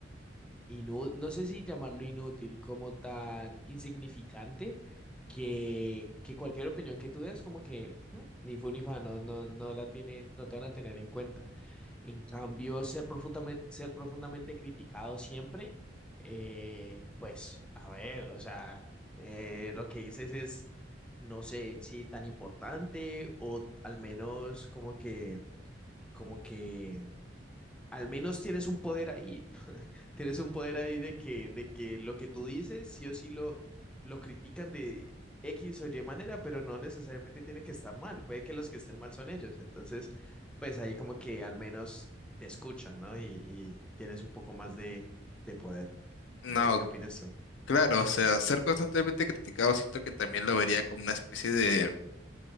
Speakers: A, in the centre; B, on the left.
A: inú- no no sé si llamarlo inútil, como tan insignificante que, que cualquier opinión que tú des, como que "Mm, ni fu ni fa, no, no, no la tienen, no te van a tener en cuenta. En cambio, ser profundamente, ser profundamente criticado siempre, eh, pues, a ver, o sea, eh, lo que dices es, no sé si tan importante o al menos como que, como que al menos tienes un poder ahí. <laughs> Tienes un poder ahí de que, de que lo que tú dices, sí o sí lo, lo critican de X o Y manera, pero no necesariamente tiene que estar mal. Puede que los que estén mal son ellos. Entonces, pues ahí como que al menos te escuchan, ¿no? Y, y tienes un poco más de, de poder.
B: No,
A: No sé qué opinas tú.
B: claro, o sea, ser constantemente criticado siento que también lo vería como una especie de